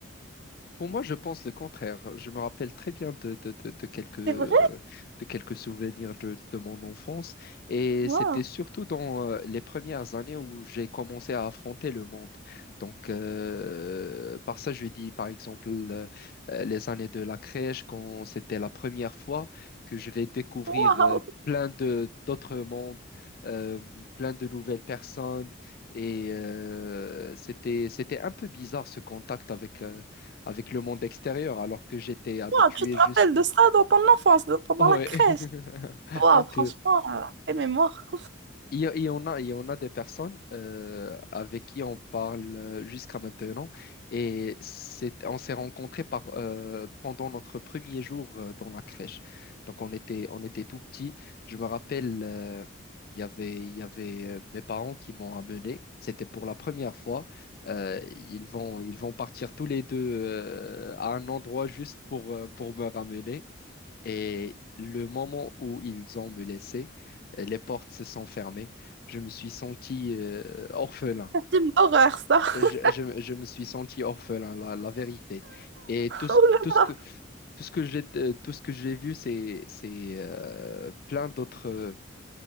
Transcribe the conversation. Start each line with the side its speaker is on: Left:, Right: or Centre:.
Left: Pour moi, je pense le contraire. Je me rappelle très bien de, de, de, de quelques, euh,
Right: C'est vrai?
Left: de quelques souvenirs de, de mon enfance. Et
Right: Waouh!
Left: c'était surtout dans euh, les premières années où j'ai commencé à affronter le monde. Donc, euh, par ça, je dis par exemple euh, euh, les années de la crèche, quand c'était la première fois que je vais découvrir
Right: Waouh!
Left: euh, plein de d'autres mondes, euh, plein de nouvelles personnes. Et euh, c'était, c'était un peu bizarre ce contact avec, euh, avec le monde extérieur, alors que j'étais habitué
Right: Waouh, tu te
Left: juste,
Right: rappelles de ça dans ton enfance, de- pendant
Left: ouais,
Right: la crèche?
Left: <laughs>
Right: Waouh,
Left: un peu.
Right: franchement, euh, quelle mémoire.
Left: Il y a- il y en a, il y en a des personnes euh, avec qui on parle euh, jusqu'à maintenant et c'est, on s'est rencontrés par, euh, pendant notre premier jour euh, dans la crèche. Donc on était, on était tout petits. Je me rappelle, euh, il y avait, il y avait euh, mes parents qui m'ont amené. C'était pour la première fois. Euh, ils vont, ils vont partir tous les deux euh, à un endroit juste pour, euh, pour me ramener. Et le moment où ils ont me laissé, euh, les portes se sont fermées. Je me suis senti euh, orphelin.
Right: <laughs> C'est une horreur, ça. <laughs>
Left: Je, je- je me suis senti orphelin, la, la vérité. Et tout ce
Right: Oh
Left: que,
Right: là
Left: tout ce
Right: là,
Left: que, tout ce que j'ai, euh, tout ce que j'ai vu, c'est, c'est euh, plein d'autres, euh,